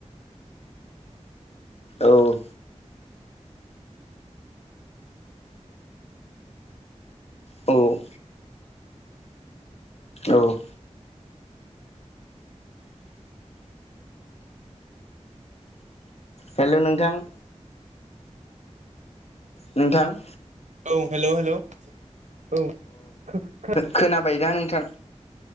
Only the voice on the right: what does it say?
औ हेल' हेल' औ खो खोनादों।